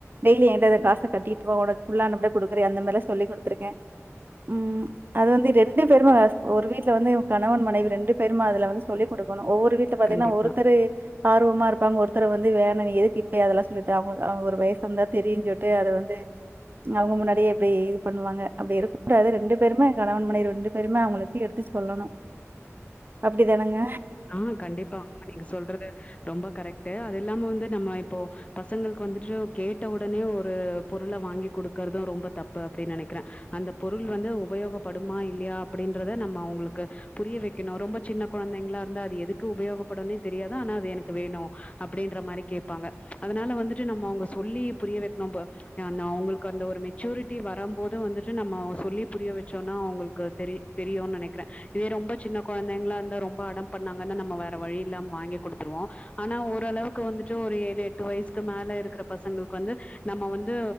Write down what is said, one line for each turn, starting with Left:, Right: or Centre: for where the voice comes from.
Right: டெய்லி என்ட அத காஸ் கட்டிட்டு வா உனக்கு ஃபுல்லா அனப்டு ரே அந்த மாரிலா சொல்லி் குடுத்துருக்கே ம் அது வந்து ரெண்டு பேருமே வாஸ் ஒரு வீட்ல வந்து கணவன் மனைவி ரெண்டு பேரும் அதுல வந்து சொல்லிடுகுடுக்கணு ஒவ்வொ ட் வீட்ல பாத்தீங்கன்னா
Left: கண்டிப்பா.
Right: ஒருத்தரு ஆர்வமாருப்பாங்க ஒருத்தர் வந்து வேணா எதுக்கு பெ அதெல்லா சொல்லு த்த அவுங்க அவுங் ஒரு வயிசு வந்தா தெரியு சொட்டு அத வந் து அவங்க முன்னா எப்பே இது பண்ணுவாங்க அப்பிடி இருக்கூடாது ரெண்டு பேருமே கணவன் மனைவி ரெண்டு பேருமே அவுங்களுக்கு எடுத்து சொல்லனு அப்பிடிதானுங்க
Left: ஆ கண்டிப்பா ஆமா நீங்க சொல்றது ரொம்ப கரெக்ட் அது இல்லாம வந்து நம்ம இப்போ பசங்களுக்கு வந்துட்டு கேட்ட உடனே ஒரு பொருள வாங்கி குடுக்கறது ரொம்ப தப்பு அப்பிடின் நெனைக்கிறே அந்த பொருள் வந்து உபயோகப்படுமா இல்லையா அப்பிடின்றத நம்ம அவங்களுக்கு புரிய வைக்கணு ரொம்ப சின்ன கொழந்தைங்களா இந்தார் எதுக்கு உபயோகபடுனே தெரியாது ஆனா அது எனக்கு வேணு அப்பிடின்ற மாரி கேப்பாங்க அதனால வந்துட்டு நம்ம அவுங்க சொல்லி புரியல வைக்கணு ப எ நா அவுங்களுக்கு அந்த ஒரு மெச்சுரிட்டி வரம் போது வந்துட்டு நம்ம சொல்லி புரியவாச்சோன அவுங்களுக்கு தெரி தெரியுனு நெனைக்கிறே இதே ரொம்ப சின்ன கொழந்தைங்களா இருந்தா ரொம்ப அடம் பண்ணாங்கன்னா நம்ம வேற வழி இல்லாம வாங்கி குடுத்துருவோ ஆனா ஓரளவுக்கு வந்துட்டு ஒரு ஏழு எட்டு வயசுக்கு மேல இருக்கற பசங்களுக்கு வந்து நம்ம வந்து